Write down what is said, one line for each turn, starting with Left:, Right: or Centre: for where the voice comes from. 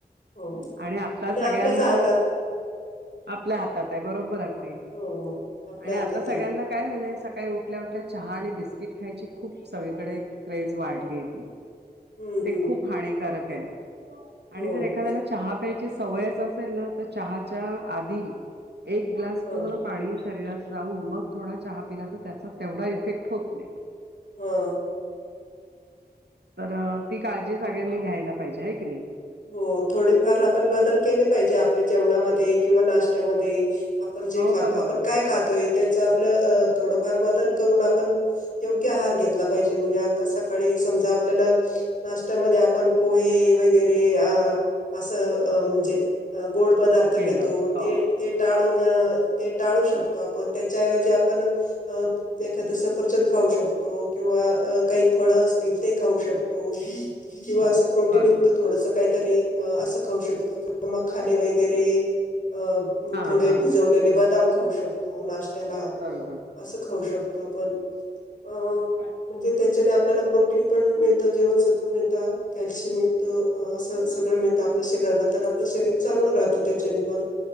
Left: हो
Right: आणि आता सगळ्यांना.
Left: आपल्याच हातात
Right: आपल्या हातात आहे बरोबर अगदी
Left: हो, आपल्या
Right: आणि
Left: हातात
Right: आता सगळ्यांना.
Left: आहे.
Right: काय झालंय सकाळी उठल्या उठल्या चहा आणि बिस्किट खायची खूप सगळीकडे क्रेज वाढली होती.
Left: <unintelligible>
Right: ते
Left: हं.
Right: खूप हानिकक आहे
Left: हो.
Right: आणि जर एखाद्याला. चहा प्यायची सवयच असेल ना तर चहाच्या आधी एक. ग्लास
Left: हं,
Right: पूर्ण पाणी शरीरात रावून मग थोडा चहा पिला तर त्याचा तेवढा इफेक्ट होत नाही.
Left: हा.
Right: तर ती काळजी सगळ्यांनी घ्यायला पाहिजे ह की नाही.
Left: हो थोडेफार आपण बदल केले पाहिजे, आपल्या जेवणामध्ये किंवा नाश्त्यामध्ये आपण जे
Right: हो
Left: खातो
Right: बरोबर
Left: आपण काय खातोय त्याच आपलं थोडंफार बदल करून आपण योग्य आहार घेतला पाहिजे, म्हणजे आता सकाळी समजा आपल्याला नाश्त्यामध्ये आपण पोहे वगैरे ते अ अस म्हणजे गोड पदार्थ घेतो
Right: केलं हो
Left: ते ते टाळून ते टाळू शकतो आपण त्याच्याऐवजी आपण अ एखादस पचन खाऊ शकतो किंवा काही फळ असतील ते खाऊ शकतो. किंवा
Right: हो
Left: असं प्रोटीन
Right: बरोबर
Left: युक्त थोडस काहीतरी असं खाऊ शकतो कि मग खाणे वगैरे अ
Right: हा
Left: थोडे
Right: हा
Left: भिजवलेले बदाम खाऊ शकतो. नाशत्याला
Right: बरोबर
Left: असं खाऊ शकतो आपण अ
Right: काय का?
Left: म्हणजे त्याच्याने आपल्याला प्रोटीन पण मिळतं जीवनसत्व मिळतं कॅल्शियम मिळ अस सगळं मिळतं आपल्या शरीराला तर आपलं शरीर चांगलं राहतं त्याच्याने पण